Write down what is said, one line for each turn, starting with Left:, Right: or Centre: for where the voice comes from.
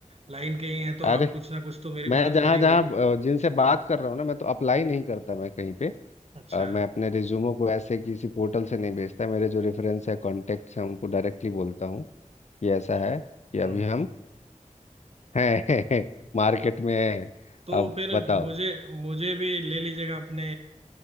Right: लाइन के ही हैं तो
Left: अरे
Right: आप कुछ ना कुछ तो मेरी
Left: मैं
Right: मदद
Left: जहाँ
Right: करेंगे
Left: जहाँ
Right: ही।
Left: अ, जिनसे बात कर रहा हूँ ना मैं तो अप्लाई नहीं करता मैं कहीं पे
Right: अच्छा
Left: अ, मैं अपने रिज्यूमो को ऐसे किसी पोर्टल से नहीं भेजता मेरे जो रेफरेंस है कॉन्टेक्ट्स हैं उनको डायरेक्टली बोलता हूँ कि ऐसा
Right: अच्छा
Left: है कि
Right: हम्म
Left: अभी हम है <laughs> मार्केट में है
Right: तो
Left: अब
Right: फिर
Left: बताओ
Right: मुझे मुझे भी ले लीजिएगा अपने